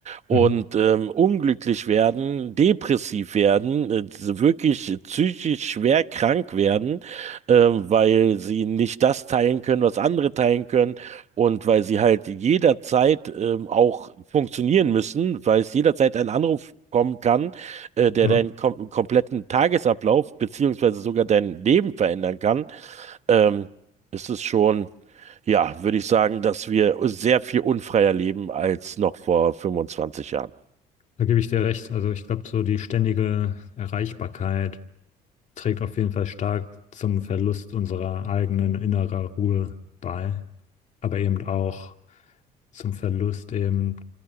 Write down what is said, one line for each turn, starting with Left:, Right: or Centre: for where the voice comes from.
Right: und
Left: Mhm.
Right: ähm, unglücklich werden, depressiv werden, äh, wirklich psychisch schwer krank werden, ähm, weil sie nicht das teilen können, was andere teilen können und weil sie halt jederzeit ähm, auch funktionieren müssen, weil es jederzeit ein Anruf kommen kann, äh, der
Left: Ja,
Right: deinen kom kompletten Tagesablauf beziehungsweise sogar dein Leben verändern kann, ähm, ist es schon, ja, würde ich sagen, dass wir sehr viel unfreier leben als noch vor 25 Jahren.
Left: da gebe ich dir recht. Also ich glaube, so die ständige Erreichbarkeit trägt auf jeden Fall stark zum Verlust unserer eigenen innerer Ruhe bei, aber eben auch zum Verlust eben